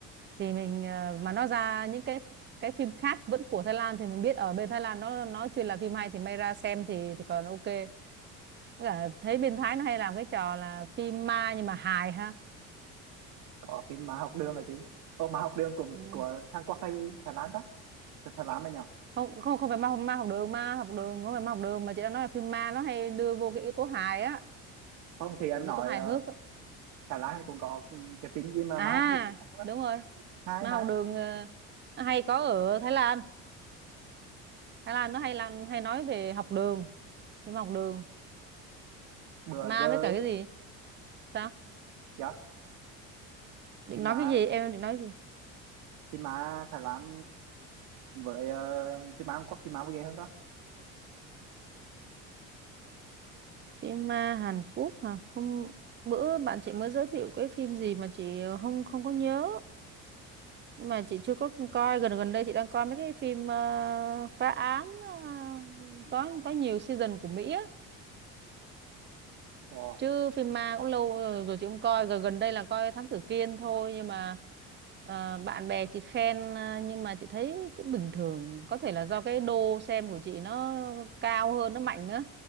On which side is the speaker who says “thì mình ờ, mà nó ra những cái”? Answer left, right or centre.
Right